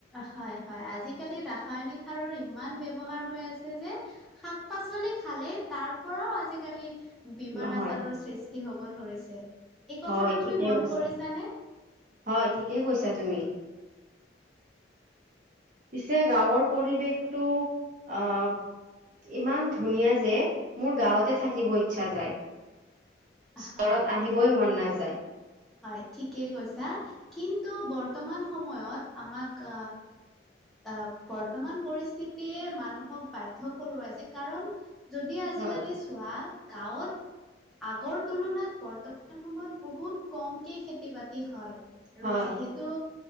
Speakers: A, in the centre; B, on the right.
A: হয় হয় আজিকালি ৰাসায়নিক সাৰৰ ইমান ব ব্যৱহাৰ হৈ আছে যে শাক পাচলি খালে তাৰ পৰাও আজিকালি বীমাৰ
B: হয়
A: আজাৰৰ সৃষ্টি হ'ব ধৰিছে এই কথাটো
B: হয় ঠিকে
A: তুমি মন
B: কৈছা
A: কৰিছানে
B: হয় ঠিকে কৈছা তুমি পিছে গাঁৱৰ পৰিৱেশটো আহ ইমান ধুনীয়া যে মোৰ গাঁৱতে
A: হয়
B: থাকিব ইচ্ছা যায়
A: হয়
B: ঘৰত আহিবই
A: তুমি
B: মন নাযায়
A: হয় ঠিকেই কৈছা কিন্তু বৰ বৰ্তমান সময়ত আমাক আহ বৰ্তমান পৰিস্থিতিয়ে মানুহক বাধ্য কৰোৱাইছে কাৰণ যদি আজিকালি
B: হয়
A: চোৱা গাঁৱত আগৰ তুলনাত বৰ্তমান সময়ত বহুত কমকে খেতি বাতি হয় আৰু
B: হয়
A: যিহেতু